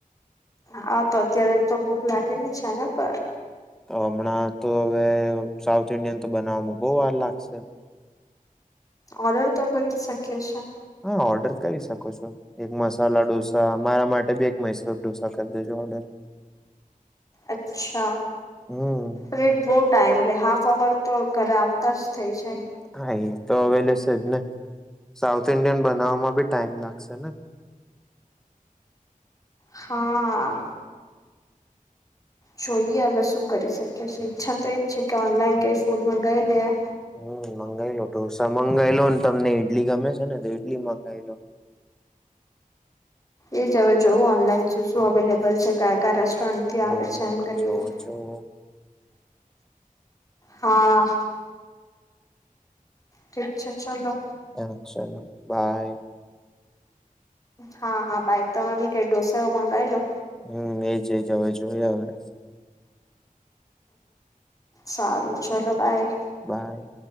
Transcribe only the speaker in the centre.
તો હમણાં તો હવે સાઉથ ઈન્ડિયન તો બનાવવામાં બહ વાર લાગશે.
હા ઓર્ડર કરી શકો છો એક મસાલા ઢોસા મારા માટે બે એક મૈસુર ઢોસા કરી દેજો ઓર્ડર.
હમ
હા એ તો અવેલે છે જ ને સાઉથ ઇન્ડિયન બનાવવામાં બી ટાઈમ લાગશે ને.
હમ મંગાઈ લો ઢોસા મંગાવાઈ લો ને તમને ઈડલી ગમે છે ને તો ઈડલી મંગાઈ લો.
હમ
જોવો જોવો
હ ચાલો બાય.
હમ એજ એજ હવે જોયા હવે.
બાય.